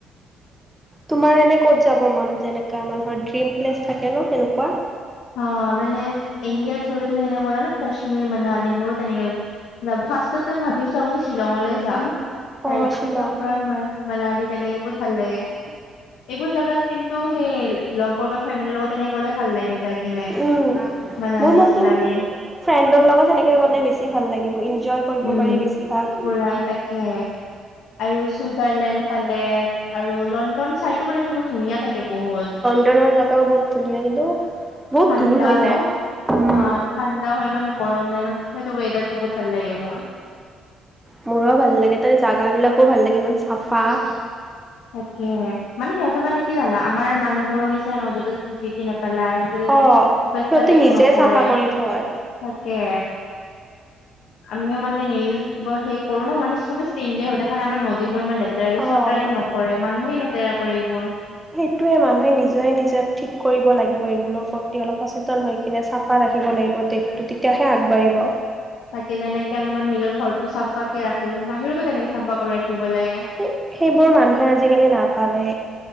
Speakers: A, in the centre; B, on the left (about 75°).
A: তোমাৰ এনে ক'ত যাব মন, যেনেকা মানুহৰ ড্ৰিম প্লেচ থাকে ন সেনেকুৱা।
B: অ', মানে ইণ্ডিয়াত ধৰি লোৱা তুমি যেনেকে ক'লা ন, কাশ্মীৰ মনালী, মোৰো তেনেকে যাম, ফাৰ্ষ্টতে ভাবিছো আগতে শ্বিলঙলৈ যাম,
A: অ'
B: তাৰ পিছৰ
A: শ্বিলং
B: পৰা মই মনালী তেনেকে বহুত ভাল লাগে। এইবোৰ জাগাত কিন্তু সেই লগৰ বা ফেমিলিৰ লগত তেনেকে গ'লে ভাল লাগে যায় কিনে,
A: উম
B: মানালি
A: মোৰ মতে
B: চানালি।
A: ফ্ৰেণ্ডৰ লগত সেনেকে গ'লে বেছি ভাল লাগিব, ইঞ্জয় কৰিব
B: উম,
A: পাৰি বেছিভাগ।
B: পুৰা তাকে। আৰু চুইজাৰলেণ্ড ফালে আৰু লণ্ডন চাইটো মানে সেইবোৰ ধুনীয়া থাকে বহুত।
A: <unintelligible> জাগাও বহুত ধুনীয়া কিন্তু বহুত
B: ঠাণ্ডা
A: দূৰ হৈ যায়,
B: ন?
A: উম।
B: হা ঠাণ্ডাও হয় ইমান গৰম নাই ইমান, সেইটো ৱেডাৰটো বহুত ভাল লাগে মোৰ।
A: মোৰো ভাল লাগে তাৰে জাগাবিলাকো ভাল লাগে, ইমান চাফা।
B: <inaudible> তাকে, মানে সিহঁতে মানে কি জানা আমাৰ মানুহবোৰৰ নিচিনা নহয়, য'তে ত'তে যি <unintelligible> নেপেলাই, য'তে ত'তে
A: অ'। সিহঁতে
B: <unintelligible> একো
A: নিজে
B: নকৰে,
A: চাফা কৰি থয়।
B: তাকে। আমিও মানে <unintelligible> সেই কৰো ন, মানে চবেই চেঞ্জে হয় দেখা নাই আমাৰ ন দিবোৰ ইমান লেতেৰা, এইটো
A: অ'।
B: চৰকাৰেটো নকৰে, মানুহে লেতেৰা কৰে এইবোৰ।
A: সেইটোয়ে, মানুহে নিজে নিজক ঠিক কৰিব লাগিব এইবোৰৰ প্ৰতি অলপ সচেতন হৈ কিনে চাফা ৰাখিব লাগিব দেশটো, তেতিয়াহে আগবাঢ়িব।
B: তাকে যেনেকে আমি মানে নিজৰ ঘৰটো চাফাকে ৰাখো, বাহিৰতো তেনেকে চাফা কৰি ৰাখিব লাগে।
A: এই সেইবোৰ মানুহে আজিকালি নাভাবে।